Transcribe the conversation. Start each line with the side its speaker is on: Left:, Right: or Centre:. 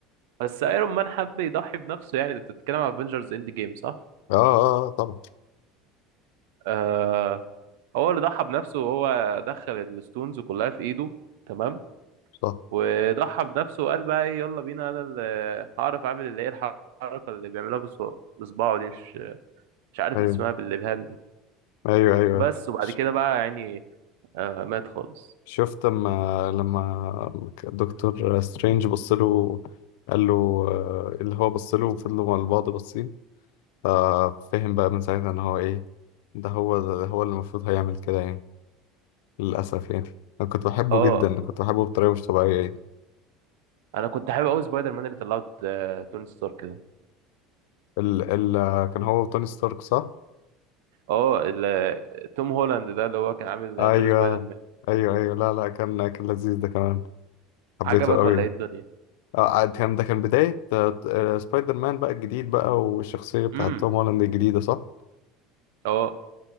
Right: بس ايرون مان حب يضحي بنفسه يعني انت بتتكلم على افنجرز اند جيم صح
Left: اه اه آه، آه، طبعا
Right: آه هو اللي ضحى بنفسه وهو دخل الستونز كلها في ايده تمام
Left: صح
Right: وضحى بنفسه وقال بقى ايه يلا بينا انا اللي هعرف اعمل اللي هي الحركه اللي بيعملها بص- بصباعه دي مش مش عارف
Left: ايوه
Right: اسمها بالابهام دي
Left: ايوه ايوه
Right: بس وبعد
Left: ش...
Right: كده بقى يعني آه مات خالص
Left: شفت لما لما دكتور سترينج بص له قال له آه، اللي هو بص له وفضلوا مع بعض باصين ففهم بقى من ساعتها ان هو ايه ده هو ده هو اللي المفروض هيعمل كده يعني للأسف يعني أنا كنت بحبه
Right: اه
Left: جدا كنت بحبه بطريقة مش طبيعية يعني
Right: انا كنت حابب قوي سبايدر مان اللي طلعت آه، توني ستارك ده
Left: ال ال آه، كان هو وتوني ستارك صح؟
Right: اه ال- توم هولاند ده اللي هو كان عامل
Left: أيوه
Right: دور سبايدر مان
Left: أيوه أيوه لا لا كان كان لذيذ ده كمان حبيته
Right: عجبك
Left: قوي
Right: ولا ايه الدنيا
Left: آه آه، كان ده كان بداية آه، آه، سبايدر مان بقى الجديد بقى والشخصية بتاعت
Right: امم
Left: توم هولاند الجديدة صح؟
Right: اه